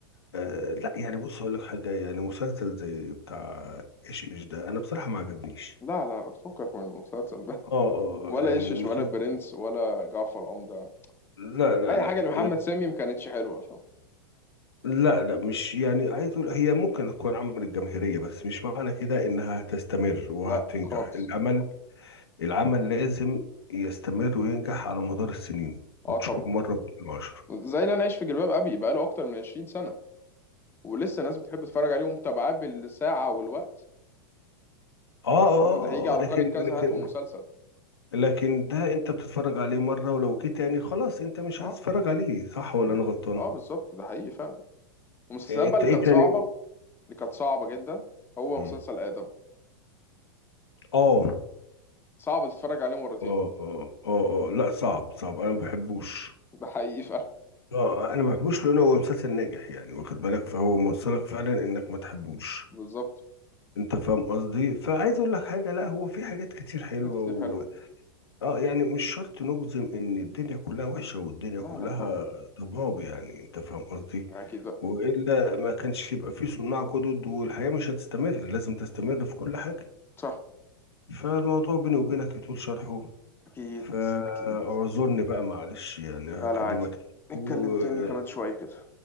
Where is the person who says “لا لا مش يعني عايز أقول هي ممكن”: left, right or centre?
Left